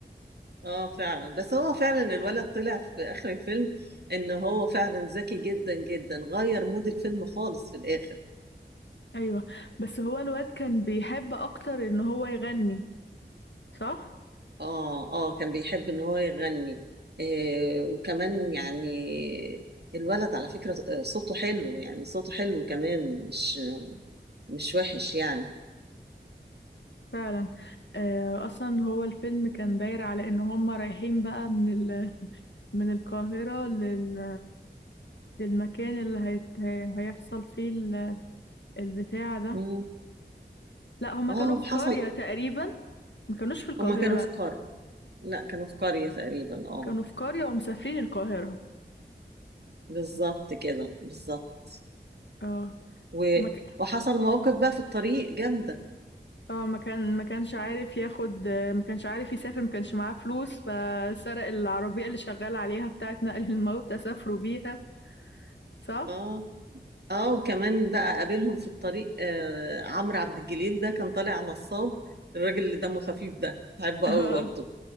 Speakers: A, on the right (about 65°); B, on the left (about 80°).
A: اه فعلا بس هو فعلا الولد طلع في اخر الفيلم ان هو فعلا ذكي جدا جدا غير مود الفيلم خالص في الاخر
B: أيوة بس هو الواد كان بيحب أكتر إن هو يغني صح؟
A: اه اه كان بيحب ان هو يغني آه وكمان يعني الولد على فكرة آه، صوته حلو يعني صوته حلو كمان مش مش وحش يعني
B: فعلا آه، أصلا هو الفيلم كان داير على إن هما رايحين بقى من ال... من القاهرة لل... للمكان اللي هيت... هيحصل فيه البتاع ده
A: مم.
B: لا هما
A: اه
B: كانوا
A: وحصل
B: في قرية تقريبا ما كانوش في القاهرة
A: هما كانوا
B: لا
A: في قرية لا كانوا في قرية تقريبا اه
B: كانوا في قرية ومسافرين القاهرة
A: بالظبط كده بالظبط
B: اه
A: و...
B: ما ك...
A: وحصل مواقف بقى في الطريق جامدة
B: اه ما كان ما كانش عارف ياخد آه، ما كانش عارف يسافر ما كانش معاه فلوس فسرق العربية اللي شغال عليها بتاعة نقل <laughs> الموتى سافروا بيها صح
A: اه اه وكمان بقى قابلهم في الطريق آه عمرو عبد الجليل ده كان طالع نصاب الراجل اللي دمه خفيف ده بحبه
B: <laughs>
A: قوي برضه
B: اه